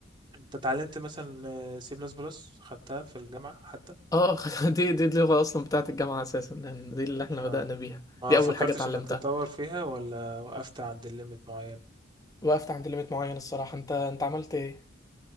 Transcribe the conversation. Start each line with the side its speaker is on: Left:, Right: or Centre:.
Right: انت اتعلمت مثلا سي بلس بلس خدتها في الجامعه حتى
Left: اه <laughs> دي دي اللغة أصلا بتاعة الجامعة أساسا يعني دي اللي احنا
Right: اه
Left: بدأنا بيها
Right: ما
Left: دي أول
Right: فكرتش
Left: حاجة اتعلمتها
Right: انك تتطور فيها ولا وقفت عند الليميت معين
Left: وقفت عند ليميت معين الصراحة انت انت عملت ايه؟